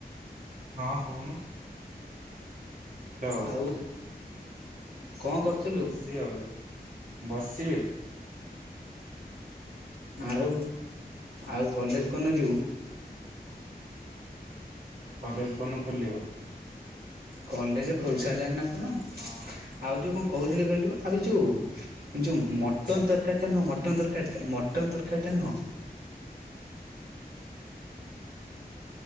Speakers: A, on the right; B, on the right.
A: ହଁ କହୁନୁ। ହ୍ୟାଲୋ।
B: ଆଉ କଣ କରୁଥିଲୁ?
A: ଏଇ ବସିଚି ଆଉ ବସିଚି ବେ।
B: ଆଉ ଆଉ କଲେଜ କଉଦିନ ଯିବୁ?
A: କଲେଜ କଉଦିନ ଖୋଲିବ?
B: କଲେଜ ଖୋଲସାରିଲାଣିି ନା କଣ।
A: ହଁ
B: ଆଉ ଯୋଉ କଣ କହୁଥିଲି କହିଲୁ ଆବେ ଯୋଉ ଯୋଉ
A: କଲେଜ
B: ମଟନ
A: ସ
B: ତରକାରୀ ଟା ନୁହୁଁ ମଟ ମଟନ ତରକାରୀଟା ମଟନ ତରକାରୀଟା ନୁହଁ
A: ହୁଁ